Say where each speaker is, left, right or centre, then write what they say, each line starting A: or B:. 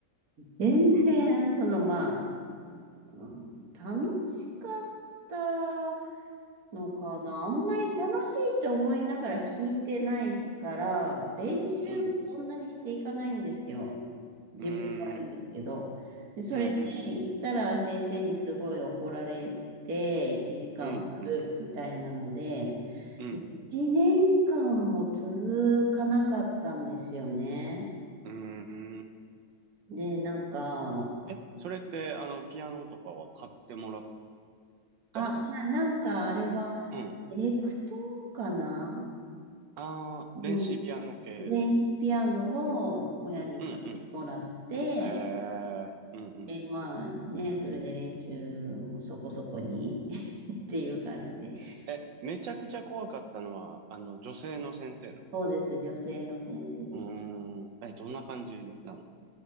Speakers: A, on the right; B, on the right.
A: 全然、
B: うん、うん、
A: そのまあ、うん楽しかったのかな。あんまり楽しいって思いながら弾いてないから、練習もそんなにしていかないんですよ。
B: うん、
A: 自分も悪いんですけど。
B: うーん、う
A: で、それで行ったら先生にすごい怒られて、
B: ん、うん、
A: 1時間終わるみたいなので、
B: うん、うん、うん、
A: 1年間も続かなかったんですよね。
B: うーん。
A: で、なんか、
B: え、それって、あの、ピアノとかは買ってもらっ
A: あ、
B: たの
A: な、なんかあれは、
B: うん。
A: エレクトーンかな
B: ああ、電子ピアノ系の。
A: の電子ピアノを親に買ってもらって、
B: うん、うん。ええ、うん、うん。
A: で、まあね、それで練習もそこそこに <laughs> っていう感じで。
B: え、めちゃくちゃ怖かったのは、あの、女性の先生の。
A: そうです、女性の先生です。
B: うーん、え、どんな感じなの